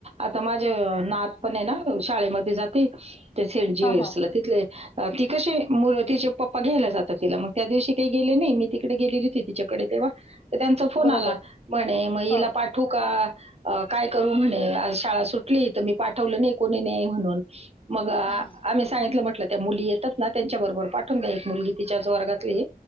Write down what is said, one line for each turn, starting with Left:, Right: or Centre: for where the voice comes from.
Right: आता माझ नात पण आहे ना शाळेमध्ये ती जाती. सेंट जिवर्सला
Left: हा हा
Right: तिथले कसे म तिचे पप्पा घ्यायला जातात तिला मग त्या दिवशी काही गेले नाही. मी तिकडे गेलेली होती तिच्याकडे तेव्हा फोन
Left: बरोबर
Right: आला म्हणे मग हीला
Left: हा हम्म
Right: पाठवु का काय करू म्हणे? शाळा सुटली तर मी पाठवलं नाही. कोणी नाही म्हणून मग आम्ही
Left: हम्म हम्म.
Right: सांगितलं म्हटलं त्या मुली येतात ना त्यांच्या बरोबर पाठवून द्या. एक मुलगी तिच्याच वर्गातली